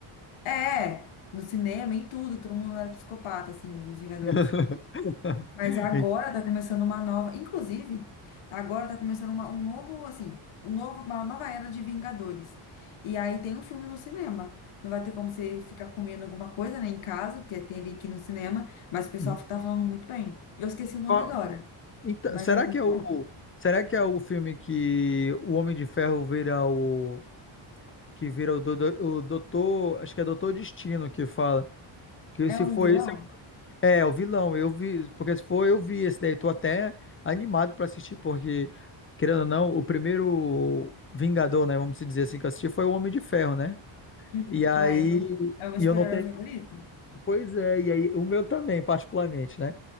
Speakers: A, on the left (about 75°); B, on the left (about 25°).
A: É, no cinema, em tudo, todo mundo era psicopata, assim, os Vingadores.
B: <laughs>
A: Mas agora tá começando uma nova. Inclusive, agora tá começando uma, um novo, assim, um novo, uma nova era de Vingadores. E aí tem um filme no cinema. Não vai ter como você ficar comendo alguma coisa, né, em casa, porque tem ele aqui no cinema. Mas o pessoal
B: Uhum.
A: tá falando muito bem. Eu esqueci o nome
B: Qual-
A: agora,
B: então,
A: mas
B: será
A: é muito
B: que é o.
A: bom.
B: Será que é o filme que o Homem de Ferro vira o. que vira o, do, o doutor, acho que é doutor Destino que fala, que
A: É
B: se
A: um
B: for
A: vilão?
B: esse, é, é o vilão, eu vi, porque se for eu vi esse daí, tô até animado pra assistir, porque, querendo ou não, o primeiro Vingador, né, vamos dizer assim, que eu assisti foi o Homem de Ferro, né,
A: Uhum.
B: e aí,
A: Ah, é o meu, é o meu
B: e
A: super-herói
B: eu não tenho,
A: favorito?
B: pois é, e aí, o meu também, particularmente, né,